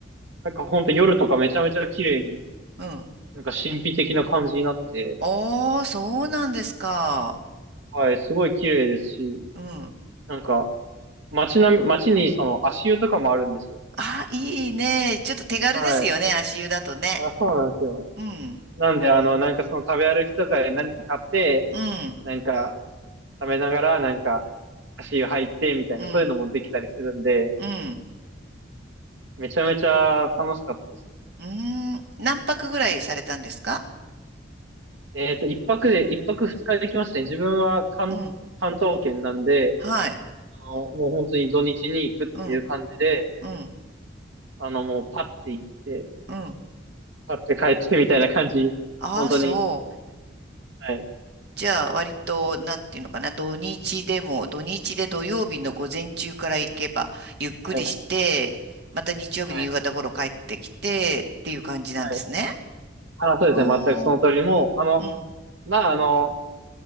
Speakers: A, on the right; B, on the right.
A: なんかほんと夜とかめちゃめちゃ綺麗に、
B: うん。
A: なんか神秘的な感じになって、
B: おー、そうなんですか。
A: はい、すごい綺麗ですし、
B: うん。
A: なんか街な、街にその足湯とかもあるんですよ。
B: あ、いいね。ちょっと手軽ですよね、
A: はい。
B: 足湯だとね。
A: あ、そうなんですよ。
B: うん、
A: なんであの、なんかその食べ歩きとかで何か買って、
B: うん、
A: なんか食べながらなんか足湯入ってみたいな、
B: うん、
A: そういうのもできたりするんで、
B: うん、
A: めちゃめちゃ楽しかったですね。
B: うん。何泊ぐらいされたんですか
A: えっと、一泊で、一泊二日できましたね。自分は関、
B: うん、
A: 関東圏なんで、
B: はい。
A: あの、もう本当に土日に行くっていう感じで、
B: うん、うん、
A: あの、もうパッて行って、
B: うん。
A: パッて帰ってみたいな感じ。
B: ああ、
A: 本当に。
B: そう。
A: はい。
B: じゃあ、割と、なんていうのかな、土日でも、土日で土曜日の午前中から行けば、ゆっくりして、
A: はい。は
B: また日曜日の夕方頃帰ってきて、
A: い。
B: っていう感じなんですね。
A: はい。あ、そうですね。
B: うーん、
A: 全くその通り。もう、あの、
B: うん、
A: まあ、あの、